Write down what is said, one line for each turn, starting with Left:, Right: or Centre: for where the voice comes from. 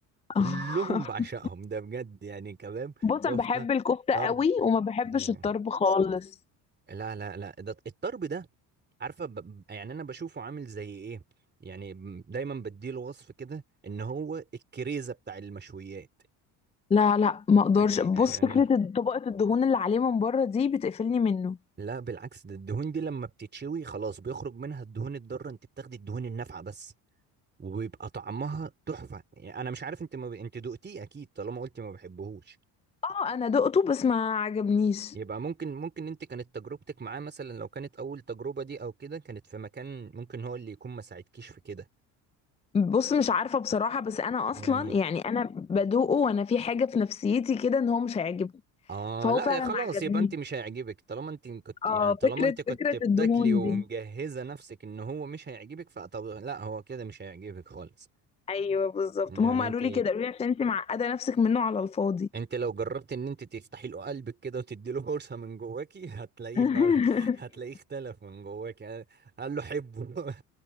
Left: <laughs>
Right: كلهم بعشقهم ده بجد يعني كباب
Left: بص
Right: كفتة
Left: انا بحب الكفتة
Right: طرب
Left: قوي وما بحبش
Right: آه،
Left: الطرب خالص
Right: لا لا لا ده الطرب ده عارفة ب... ب- يعني أنا بشوفه عامل زي إيه يعني م- دايما بديله وصف كده إن هو الكريزة بتاع المشويات
Left: لا لا ما اقدرش
Right: يعني
Left: بص
Right: يعني
Left: فكرة طبقة الدهون اللي عليه من بره دي بتقفلني منه
Right: لا بالعكس ده الدهون دي لما بتتشوي خلاص بيخرج منها الدهون الضارة أنت بتاخدي الدهون النافعة بس وبيبقى طعمها تحفة يعني أنا مش عارف أنت ما ب... أنت دقتيه أكيد طالما قلتي ما بحبهوش
Left: اه انا دقته بس ما عجبنيش
Right: يبقى ممكن ممكن انت كانت تجربتك معاه مثلا لو كانت اول تجربة دي او كده كانت في مكان ممكن هو اللي يكون ما ساعدكيش في كده
Left: بص مش عارفة بصراحة بس انا
Right: يعني
Left: اصلا يعني انا بدوقه وانا في حاجة في نفسيتي كده ان هو مش هيعجبني
Right: اه
Left: فهو
Right: لا
Left: فعلا
Right: يا خلاص
Left: ما عجبنيش
Right: يبقى انت مش هيعجبك طالما انت كنت
Left: اه
Right: يعني طالما
Left: فكرة
Right: انت كنت
Left: فكرة
Right: بتاكلي
Left: الدهون
Right: ومجهزة
Left: دي
Right: نفسك ان هو مش هيعجبك فطب لا هو كده مش هيعجبك خالص
Left: ايوه بالظبط
Right: يعني
Left: ما هم قالوا
Right: انت
Left: لي كده قالوا لي عشان انت معقدة نفسك منه على الفاضي
Right: انت لو جربت ان انت تفتحي له قلبك كده وتدي له فرصة من جواكي هتلاقيه
Left: <laughs>
Right: فر... هتلاقيه اختلف من جواكي قال له حبه